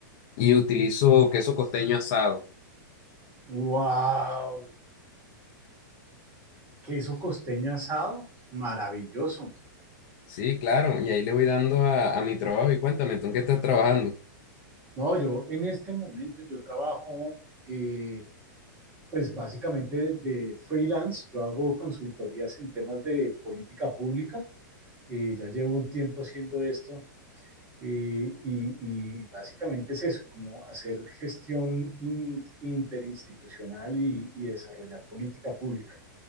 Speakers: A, on the left; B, on the right.
A: y utilizo queso costeño asado.
B: ¡Wow! Queso costeño asado, maravilloso.
A: Sí, claro, y ahí le voy dando a, a mi trabajo y cuéntame, ¿tú en qué estás trabajando?
B: No, yo en este momento yo trabajo, eh, pues básicamente de freelance, yo hago consultorías en temas de política pública, eh, ya llevo un tiempo haciendo esto Eh, y, y, básicamente es eso, como hacer gestión in, interinstitucional y, y, desarrollar política pública.